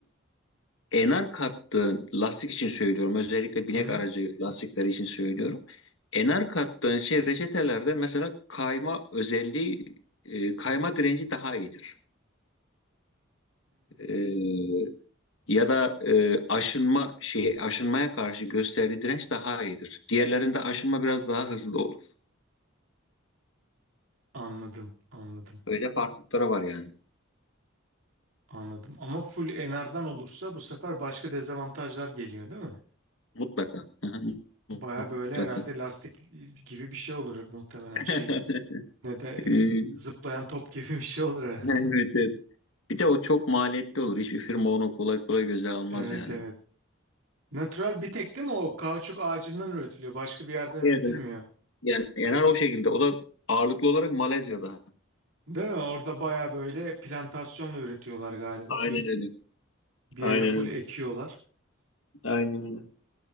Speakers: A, on the left; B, on the right.
A: E, enar kattığın lastik için söylüyorum. Özellikle binek
B: Hı-hı.
A: aracı lastikleri için söylüyorum. Enar kattığın şey reçetelerde mesela kayma özelliği e, kayma direnci daha iyidir. E, ya da e, aşınma şey aşınmaya karşı gösterdiği direnç daha iyidir. Diğerlerinde aşınma biraz daha hızlı olur.
B: anladım anladım
A: Böyle farklılıkları var yani.
B: anladım ama full Enar'dan olursa bu sefer başka dezavantajlar geliyor değil mi?
A: Mutlaka. Hı hı,
B: Baya
A: Mutlaka.
B: böyle herhalde lastik gibi bir şey olur muhtemelen
A: <laughs>
B: şey ne de
A: E,
B: e, zıplayan top gibi bir şey olur herhalde.
A: Evet, evet. Bir de o çok maliyetli olur. Hiçbir firma onu kolay kolay göze almaz
B: Evet
A: yani.
B: evet. Natural bir tek değil mi o kauçuk ağacından üretiliyor. Başka bir yerden üretilmiyor.
A: Evet, evet. Yani Enar o şekilde. O da ağırlıklı olarak Malezya'da.
B: Değil mi? Orada baya böyle plantasyonla üretiyorlar galiba.
A: Aynen
B: Bir
A: öyle.
B: bir
A: Aynen
B: yere full
A: öyle.
B: ekiyorlar.
A: Aynen öyle.